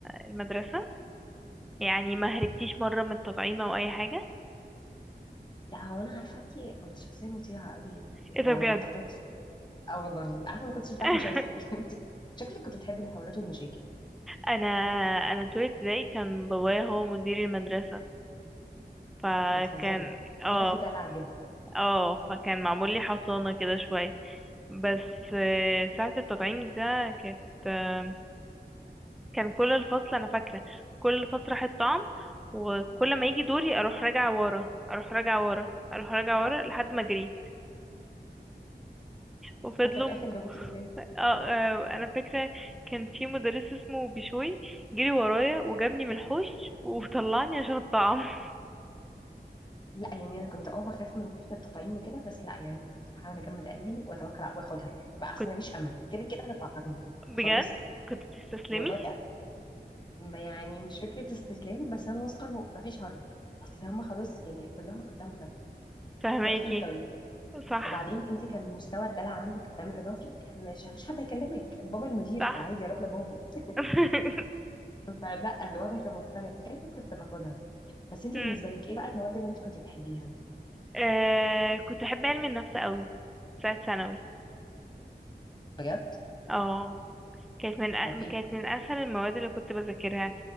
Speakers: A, in the centre; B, on the left.
A: المدرسة يعني ما هربتيش مرة من التطعيم او اي حاجة
B: لا هو انا عارفة انت كنت شخصية مطيعة قوي يعني
A: ايه
B: فما
A: ده بجد
B: اعتقدش اه والله عارفة ما كنتش بتاعت
A: <laughs>
B: مشاكل <laughs> انت شكلك كنت بتحبي الحوارات والمشاكل
A: انا انا طول ابتدائي كان بابايا هو مدير المدرسة فكان
B: بتهزري
A: اه
B: كده في دلع جدا
A: اه فكان معمول لي حصانة كده شوية بس آه، ساعة التطعيم ده كانت آه، كان كل الفصل أنا فاكرة كل الفصل راح الطعم وكل ما يجي دوري أروح راجعة ورا أروح راجعة ورا أروح راجعة ورا لحد ما جريت وفضلوا
B: وفي الاخر
A: م-
B: جابوكي ازاي
A: آه آه انا فاكره كان في مدرس اسمه بشوي جري ورايا وجابني من الحوش وطلعني عشان الطعام <laughs>
B: لا يعني انا كنت اه بخاف من فكره التطعيم وكده بس لا يعني كنت بحاول اجمد قلبي واتوكل واخدها يعني بقى اصل
A: كنت
B: مفيش امل كده كده هتطعمني خلاص
A: بجد كنت تستسلمي
B: والله يعني ما- يعني مش فكره استسلام بس انا واثقه انه مفيش هرب اصل هم خلاص يعني كلهم قدامنا
A: فهماكي
B: هروح فين طيب
A: صح
B: وبعدين انت كان مستوى الدلع عندك قدام اضافي مش مش حد يكلمك بابا المدير
A: صح
B: فعادي اروح لبابا <laughs>
A: <laughs>
B: فلا الوضع كان مختلف فكده كده كنت باخدها بس انت
A: أمم.
B: بالنسبه لك ايه بقى المواد اللي انت كنت بتحبيها
A: آه كنت احب علم النفس قوي ساعه ثانوي
B: بجد
A: اه كانت من أ-
B: طب ايه
A: كانت من اسهل المواد اللي كنت بذاكرها